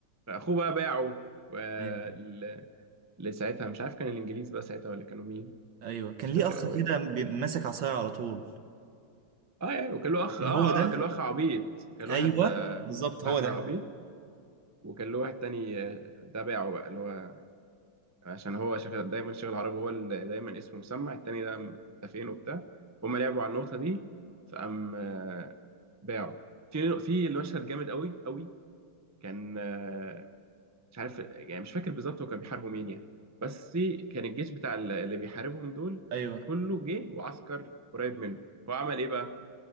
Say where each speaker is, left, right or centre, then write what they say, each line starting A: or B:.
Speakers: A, on the right; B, on the right.
A: اخوه بقى باعه و...
B: ايوه
A: ل- لساعتها مش عارف كان الانجليز بقى ساعتها ولا كانوا مين
B: ايوه كان
A: مش
B: ليه
A: فاكر
B: اخ
A: قوي
B: كده
A: يعني
B: بي- ماسك عصايه على طول
A: اه يعني وكان له اخ
B: كان
A: اه
B: هو ده
A: اه كان له اخ عبيط كان له
B: ايوه
A: واحد آه
B: بالظبط
A: واحد
B: هو ده
A: عبيط وكان له واحد تاني آه، ده باعه بقى اللي هو عشان هو شغل دايما شغل عربي هو اللي دايما اسمه مسمع التاني ده م- انت فين وبتاع هما لعبوا على النقطة دي فقام آه باعه في في المشهد جامد قوي قوي كان آه مش عارف يعني مش فاكر بالظبط هو كان بيحاربوا مين يعني بس كان الجيش بتاع اللي بيحاربهم دول
B: ايوه
A: كله جه وعسكر قريب منه فهو عمل ايه بقى